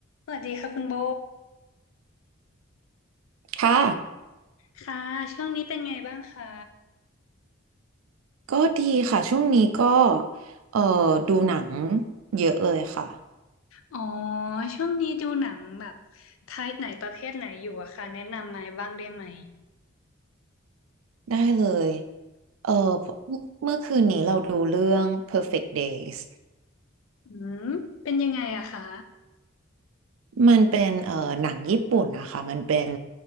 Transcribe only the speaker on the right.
ค่ะ
ก็ดีค่ะช่วงนี้ก็เอ่อดูหนังเยอะเลยค่ะ
ได้เลยเอ่อเมื่อเมื่อคืนนี้เราดูเรื่อง Perfect Days
มันเป็นเอ่อหนังญี่ปุ่นนะคะมันเป็น